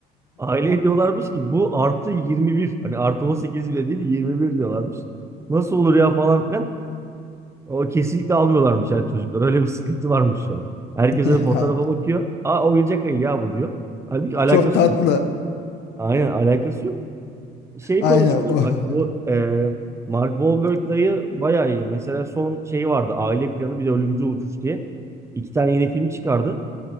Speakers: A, on the right; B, on the left.
A: Aile diyorlarmış ki bu artı 21. Hani artı 18 bile değil 21 diyorlarmış. Nasıl olur ya falan filan. O kesinlikle almıyorlarmış yani çocuklar. Öyle bir sıkıntı varmış şu an. Herkes
B: <laughs>
A: hani fotoğrafa bakıyor. Aa oyuncak ayı ya bu diyor. Halbuki alakası
B: çok tatlı.
A: yok. Aynen alakası yok şey
B: Aynen
A: konuşuyorduk
B: o.
A: bak
B: <laughs>
A: bu e, Mark Wahlberg dayı bayağı iyi. Mesela son şeyi vardı Aile Planı bir de Ölümcül Uçuş diye. İki tane yeni film çıkardı.